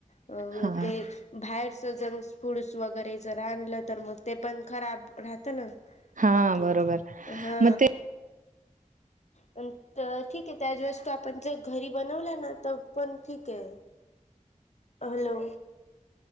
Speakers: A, on the left; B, on the right.
A: अ
B: हा
A: ते बाहेर जंक् फूड्स वगैरे जर आणलं तर मग ते पण खराब राहतं ना.
B: हा
A: बाकी
B: बरोबर
A: हा
B: मग ते
A: पण त ठीक ये त्याच वस्तू आपण जर घरी बनवल्या ना त पण ठीकये.
B: <inaudible>
A: hello